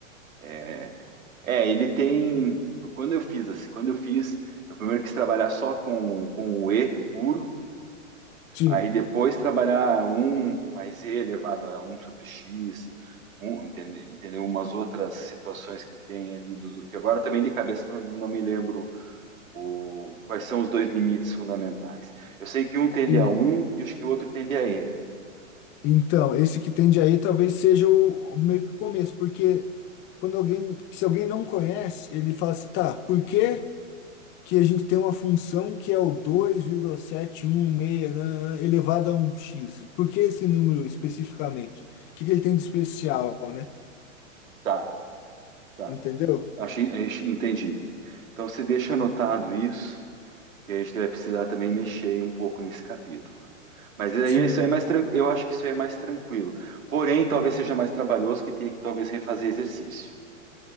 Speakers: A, on the right; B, on the left.
A: É, É, ele tem. Quando eu fiz assim, quando eu fiz, eu primeiro quis trabalhar só com, com o E puro,
B: Sim,
A: aí depois trabalhar um mais E elevado a um sobre X, um, entende- entendeu? Umas outras situações que tem ali do, do que agora também de cabeça não, não me lembro o, quais são os dois limites fundamentais. Eu sei que um tende
B: sim.
A: a um e acho que o outro tende a E.
B: Então, esse que tende aí talvez seja o, o meio que o começo, porque quando alguém, se alguém não conhece, ele fala assim, tá, por quê? que a gente tem uma função que é o 2,716 nananã, elevado a um x Por que esse número especificamente? O que que ele tem de especial, né?
A: Tá, tá.
B: Entendeu?
A: Achei, achei- entendi. Então você deixa anotado isso, que a gente vai precisar também mexer um pouco nesse capítulo. Mas aí
B: Sim.
A: isso aí é mais tranquilo. Eu acho que isso aí é mais tranquilo. Porém, talvez seja mais trabalhoso que tenha que talvez refazer exercício.